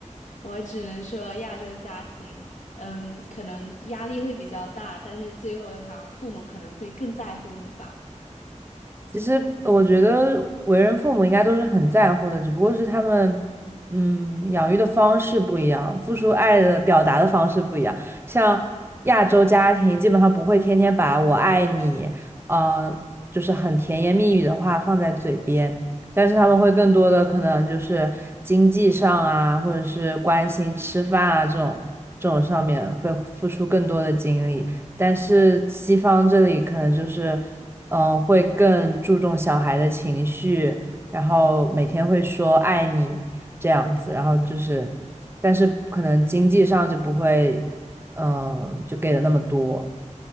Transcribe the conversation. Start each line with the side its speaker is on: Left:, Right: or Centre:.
Left: 我只能说，亚洲家庭，嗯，可能压力会比较大，但是最后的话，父母可能会更在乎你吧。
Right: 其实我觉得为人父母应该都是很在乎的，只不过是他们，嗯，养育的方式不一样，付出爱的表达的方式不一样。像亚洲家庭，基本上不会天天把“我爱你”，呃，就是很甜言蜜语的话放在嘴边，但是他们会更多的可能就是经济上啊，或者是关心吃饭啊这种这种上面会付出更多的精力。但是西方这里可能就是，嗯、会更注重小孩的情绪，然后每天会说爱你这样子，然后就是，但是可能经济上就不会，嗯、就给的那么多。